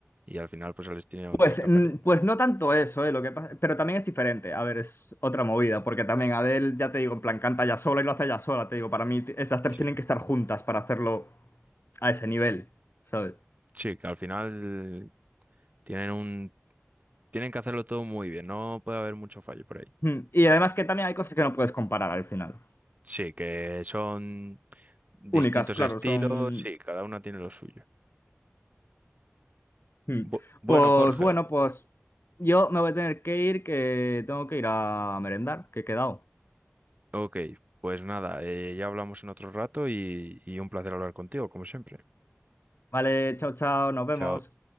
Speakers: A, on the right (about 35°); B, on the left (about 55°).
A: y al final pues se les tiene un
B: Pues,
A: cierto
B: mm,
A: cariño.
B: pues no tanto eso, ¿eh? Lo que pasa- pero también es diferente. A ver, es otra movida, porque también Adele, ya te digo, en plan, canta ya sola y lo hace ya sola, te digo, para mí t- esas tres
A: Sí,
B: tienen que estar juntas para hacerlo a ese nivel, ¿sabes?
A: sí, que al final tienen un... Tienen que hacerlo todo muy bien, no puede haber mucho fallo por ahí.
B: Mm, Y además que también hay cosas que no puedes comparar al final.
A: Sí, que son distintos
B: Únicas, claro,
A: estilos,
B: son...
A: sí, cada una tiene lo suyo.
B: Mm.
A: Bu- bueno,
B: Pues
A: Jorge,
B: bueno, pues yo me voy a tener que ir, que tengo que ir a merendar, que he quedado.
A: ok, pues nada, eh, ya hablamos en otro rato y, y un placer hablar contigo, como siempre.
B: Vale, chao, chao, nos vemos.
A: Chao.